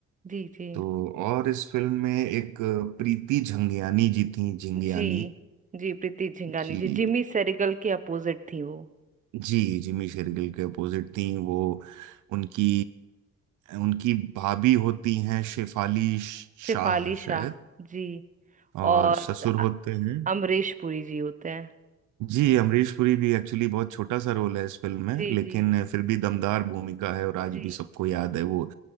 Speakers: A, on the right; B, on the right.
A: जी जी
B: तो और इस फिल्म में एक प्रीति झंगियानी जी थी झिंगियानी
A: जी जी प्रीति झिंगानी
B: जी
A: जी जिमी सेरिगल के अपोजिट थी वो
B: जी जिमी शेरगिल के अपोजिट थी वो उनकी उनकी भाभी होती हैं शेफाली शाह
A: शेफाली शाह
B: शायद
A: जी
B: और
A: और
B: ससुर
A: अ-
B: होते हैं
A: अमरीश पुरी जी होते हैं
B: जी अमरीश पुरी भी एक्चुअली बहुत छोटा सा रोल है इस फिल्म में
A: जी
B: लेकिन
A: जी
B: फिर भी दमदार भूमिका है और
A: जी
B: आज भी सबको याद है वो